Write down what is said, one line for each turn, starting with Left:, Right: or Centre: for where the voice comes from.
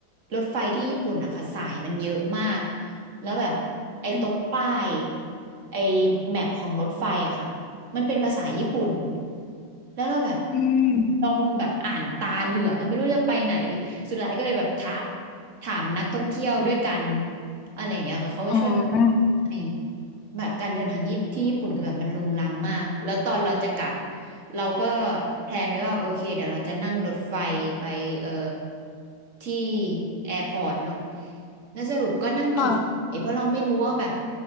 Right: รถไฟที่ญี่ปุ่นอะค่ะสายมันเยอะมากแล้วแบบไอ้ตรงป้าย
Left: อืม
Right: ไอ้แมปของรถไฟอะค่ะมันเป็นภาษาญี่ปุ่นแล้วเราแบบ
Left: อืม
Right: เราแบบอ่านตาเหลือกอะไม่รู้จะไปไหนสุดท้ายก็เลยแบบถามถามนักท่องเที่ยวด้วยกัน อะไรอย่างเงี้ยค่ะเขาก็ช่วย
Left: อ๋อ
Right: ในแบบการเดินทางญี่ปุ่นที่ญี่ปุ่นคือแบบมันรุงรังมากแล้วตอนเราจะกลับเราก็แพลนไว้ว่าโอเคเดี๋ยวเราจะนั่งรถไฟไปเอ่อที่แอร์พอร์ตเนาะแล้วสรุปก็นั่งผิดสายเพราะเราไม่รู้ว่าแบบ
Left: ก็